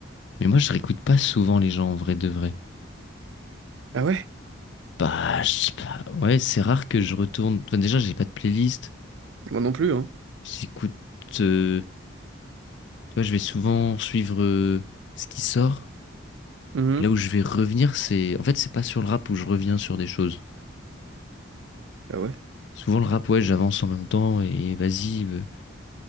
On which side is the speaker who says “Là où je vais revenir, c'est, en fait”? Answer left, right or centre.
Left